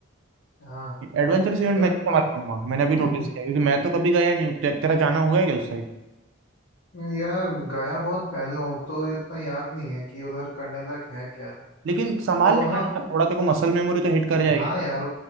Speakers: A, on the left (about 80°); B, on the right (about 70°).
A: हाँ
B: एडवेंचरस इवेंट
A: यार
B: मैं इतना मानूंगा
A: अब
B: मैंने अभी नोटिस
A: <clears throat>
B: किया क्योंकि मैं तो कभी गया नहीं हूँ तेर, तेरा जाना हुआ है क्या उस साइड
A: यार गया बहुत पहले हूँ तो ये उतना याद नहीं है कि उधर करने लायक है क्या
B: लेकिन संभाल
A: तो
B: लेगा
A: हाँ
B: ना थोड़ा तेरे को मसल मेमोरी तो हिट कर जाएगी
A: हाँ यार